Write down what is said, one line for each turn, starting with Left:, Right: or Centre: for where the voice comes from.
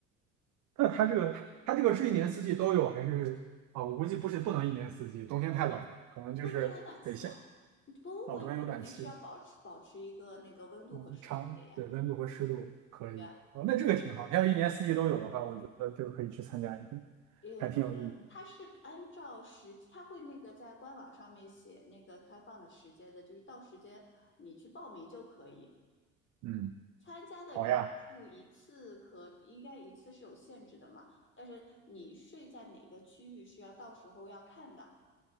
Right: 那它这个它它这个是一年四季都有还是啊？我估计不是不能一年四季，冬天太冷了，可能就是得夏
Left: 冬天有暖气呀，博物馆里面肯定是要保持保持一个那个温度和湿度的呀。
Right: 哦，冬天有暖气。嗯，长，对，温度和湿度可以。
Left: 对。
Right: 哦，那这个挺好。它要一年四季都有的话，我觉得就可以去参加一个，
Left: 也，
Right: 还挺有意义。
Left: 呃，它是按照时，它会那个在官网上面写那个开放的时间的，就是到时间你去报名就可以。
Right: 嗯，
Left: 参加的人数一次可应该一次是有限制的嘛，
Right: 好呀。
Left: 但是你睡在哪个区域是要到时候要看的。